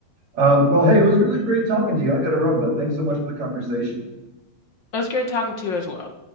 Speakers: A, on the right (about 40°); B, on the left (about 45°).
A: Um, well, hey, it was really great talking to you. I got to run, but thanks so much for the conversation.
B: It was great talking to you as well.